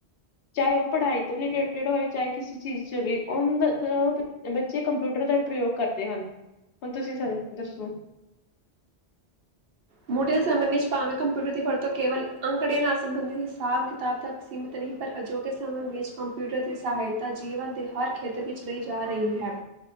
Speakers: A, on the left; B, on the right.
A: ਚਾਹੇ ਉਹ ਪੜ੍ਹਾਈ ਤੋਂ ਰਿਲੇਟਿਡ ਹੋਏ, ਚਾਹੇ ਕਿਸੇ ਚੀਜ਼ ਚ ਵੀ। ਉਂਦਾ ਓ ਉਹਦਾ ਬੱਚੇ ਕੰਪਿਊਟਰ ਦਾ ਪ੍ਰਯੋਗ ਕਰਦੇ ਹਨ। ਹੁਣ ਤੁਸੀਂ ਸ ਦੱਸੋ।
B: ਮੁੜਲੇ ਸਮੇਂ ਵਿੱਚ ਭਾਵੇਂ ਕੰਪਿਊਟਰ ਦੀ ਵਰਤੋਂ ਕੇਵਲ ਅੰਕੜਿਆਂ ਨਾਲ ਸੰਬੰਧਿਤ ਹਿਸਾਬ ਕਿਤਾਬ ਤੱਕ ਸੀਮਿਤ ਰਹੀ। ਪਰ ਅਜੋਕੇ ਸਮੇਂ ਵਿੱਚ ਕੰਪਿਊਟਰ ਦੀ ਸਹਾਇਤਾ ਜੀਵਨ ਦੇ ਹਰ ਖੇਤਰ ਵਿੱਚ ਲਈ ਜਾ ਰਹੀ ਹੈ।